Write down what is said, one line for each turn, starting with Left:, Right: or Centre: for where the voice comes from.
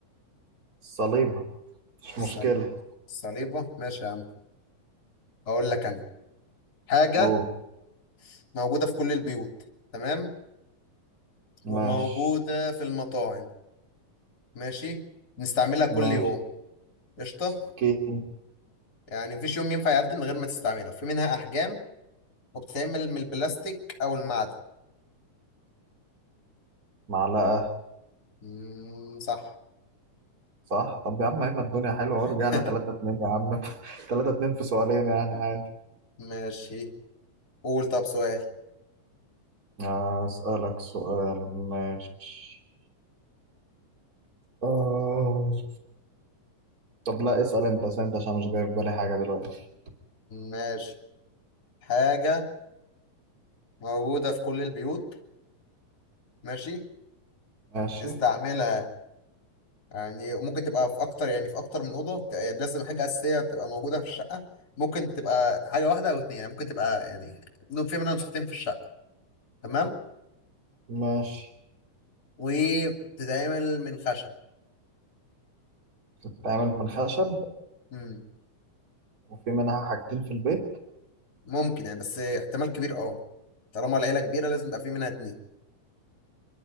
Right: صليبة مش
Left: الصل-
Right: مشكلة
Left: الصليبة ماشي يا عم اقول لك انا حاجة
Right: أوه
Left: موجودة في كل البيوت تمام
Right: ماشي
Left: وموجودة في المطاعم ماشي بنستعملها كل
Right: ماشي
Left: يوم قشطة
Right: سكين
Left: يعني مفيش يوم ينفع يعدي من غير ما تستعملها في منها احجام وبتتعمل من البلاستيك او المعدن
Right: معلقة
Left: مم صح
Right: صح طب يا عم أيمن الدنيا حلوة
Left: <laughs>
Right: ورجعنا تلاتة اتنين يا عم <laughs> تلاتة اتنين في سؤالين يعني عادي
Left: ماشي قول طب سؤال
Right: آه، أسألك سؤال ماشي آه. طب لا اسأل أنت اسأل أنت عشان مش جاي في بالي حاجة دلوقتي
Left: ماشي حاجة موجودة في كل البيوت ماشي
Right: ماشي
Left: بنستعملها يعني ممكن تبقى في اكتر يعني في اكتر من اوضه ت- يعني لازم حاجه اساسيه تبقى موجوده في الشقه ممكن تبقى حاجه واحده او اتنين يعني ممكن تبقى يعني نو- في منها نسختين في الشقه تمام
Right: ماشي
Left: وبتتعمل من خشب
Right: بتتعمل من خشب
Left: امم
Right: وفي منها حاجتين في البيت
Left: ممكن يعني بس احتمال كبير اه طالما العيله كبيره لازم يبقى في منها اتنين